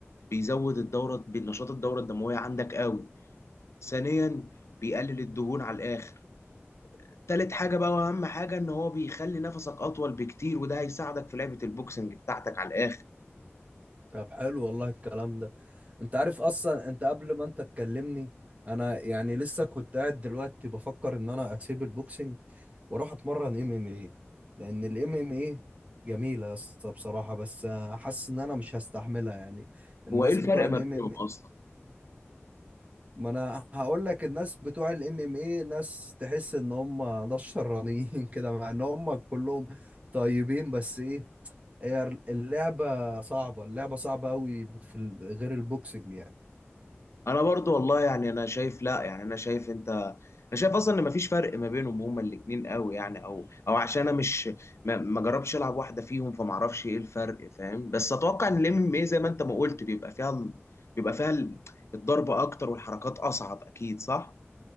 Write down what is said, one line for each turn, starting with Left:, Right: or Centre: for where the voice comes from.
Left: بيزود الدورة بنشاط الدورة الدموية عندك قوي ثانيا بيقلل الدهون على الاخر تالت حاجة بقى وأهم حاجة إن هو بيخلي نفسك أطول بكتير وده هيساعدك في لعبة البوكسنج بتاعتك على الآخر
Right: طب حلو والله الكلام ده انت عارف اصلا انت قبل ما انت تكلمني انا يعني لسه كنت قاعد دلوقتي بفكر ان انا اسيب البوكسنج واروح اتمرن ام ام ايه لان الام ام ايه جميله يا اسطى بصراحه بس حاسس ان انا مش هستحملها يعني الناس
Left: هو إيه الفرق
Right: بتوع الام
Left: ما بينهم أصلا؟
Right: ما انا هقول لك الناس بتوع الام ام اي ناس تحس ان هم ناس شرانيين <laughs> كده مع ان هم كلهم طيبين بس ايه هي اللعبة صعبة اللعبة صعبة قوي في ال- غير البوكسنج يعني
Left: أنا برضو والله يعني أنا شايف لا يعني أنا شايف أنت أنا شايف أصلا إن مفيش فرق ما بينهم هما الاتنين قوي يعني أو أو عشان أنا مش ما, ما جربتش ألعب واحدة فيهم فمعرفش إيه الفرق فاهم بس أتوقع إن الام ام اي زي ما أنت ما قلت بيبقى فيها ال- بيبقى فيها ال- الضربة أكتر والحركات أصعب أكيد صح؟